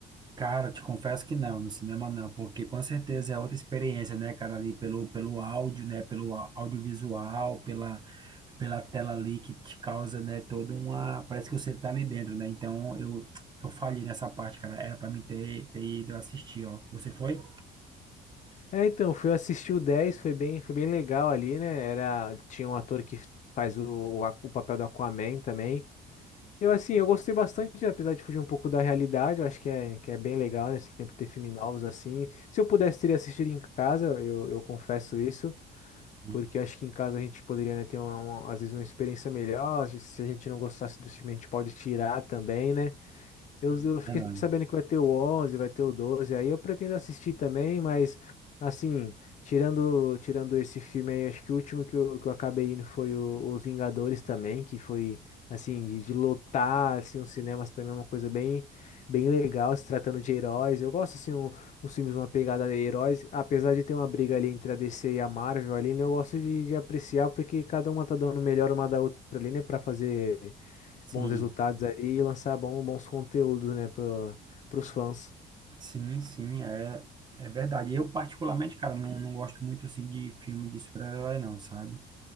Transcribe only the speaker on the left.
É, então, fui assistir o 10 foi bem, foi bem legal ali, né? Era, tinha um ator que faz o, o, Aqu- o papel do Aquaman também. Eu, assim, eu gostei bastante, apesar de fugir um pouco da realidade, eu acho que é, que é bem legal, né? Sempre ter filmes novos assim. Se eu pudesse, teria assistido em casa, eu, eu confesso isso.
Porque acho que em casa a gente poderia, né, ter uma, uma- às vezes uma experiência melhor. Se se a gente não gostasse do filme, a gente pode tirar também, né? Eu,
eu fiquei
sabendo que vai ter o 11 vai ter o 12 aí eu pretendo assistir também, mas assim, tirando tirando esse filme aí, acho que o último que eu, que eu acabei indo foi o- Os Vingadores também, que foi assim, de, de lotar assim, os cinemas também é uma coisa bem bem legal, se tratando de heróis. Eu gosto assim, um, uns filmes, uma pegada de heróis, apesar de ter uma briga ali entre a DC e a Marvel ali, né, eu gosto de, de apreciar porque cada uma tá dando o melhor uma da outra ali, né, para fazer
bons resultados ali e lançar bom- bons conteúdos, né, para os fãs.